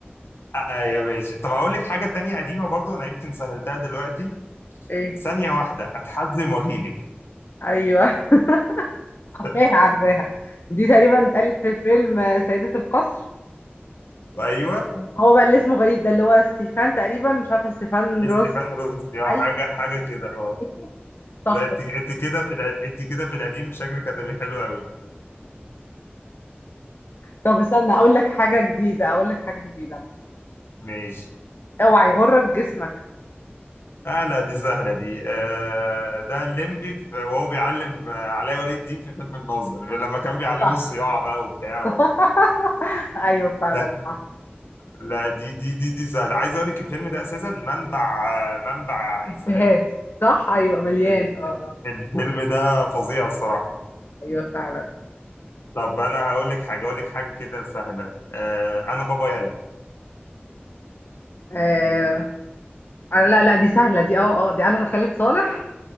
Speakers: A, on the left; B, on the left.
A: ايوه ماشي طب هقول لك حاجه تانية قديمه برضو انا يمكن سهلتها دلوقتي
B: ايه
A: ثانيه واحده اتحزم واجيلك
B: ايوه <laughs>
A: <laughs>
B: عارفاها عارفاها دي تقريبا اتقالت في فيلم سيدة القصر
A: ايوه
B: هو بقى اللي اسمه غريب ده اللي هو ستيفان تقريبا مش عارفه ستيفان
A: استيفان
B: روس
A: روسي اه
B: ايوه
A: حاجه حاجه كده اه
B: <laughs> صح
A: لا انت انت كده في الع- انت كده في القديم شكلك هتبقى حلو قوي
B: طب استنى اقول لك حاجه جديده اقول لك حاجه جديده
A: ماشي
B: اوعى يغرك جسمك
A: آه لا دي سهله دي آه ده الليمبي في- وهو بيعلم آه، علاء ولي الدين في فيلم الناظر لما كان بيعلمه
B: صح
A: الصياعه بقى وبتاع
B: <laughs>
A: و...
B: ايوه فعلا
A: لا
B: صح
A: لا دي دي دي دي سهله عايز اقول لك الفيلم ده اساسا منبع آه، منبع
B: افيهات
A: افيهات
B: صح ايوه مليان
A: ال-
B: اه اه
A: الفيلم ده فظيع الصراحة
B: ايوه فعلا
A: طب أنا هقول لك حاجة هقول لك حاجة كده سهلة آه أنا بابا يلا
B: آه. آه، لا لا دي سهله دي اه اه دي قالها خالد صالح